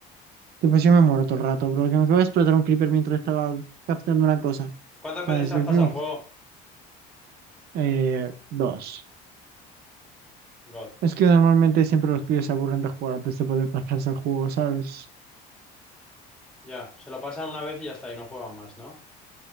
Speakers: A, on the right; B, in the centre.
A: Tipo, yo me muero todo el rato, bro. Que me acabo de explotar un creeper mientras estaba captando una cosa.
B: ¿Cuántas
A: ¿Sabes?
B: veces te
A: Es
B: has pasado
A: decir,
B: el juego?
A: Eh, dos.
B: God.
A: Es que normalmente siempre los pibes se aburren de jugar antes de poder pasarse el juego, ¿sabes?
B: Ya, se lo pasan una vez y ya está, y no juegan más, ¿no?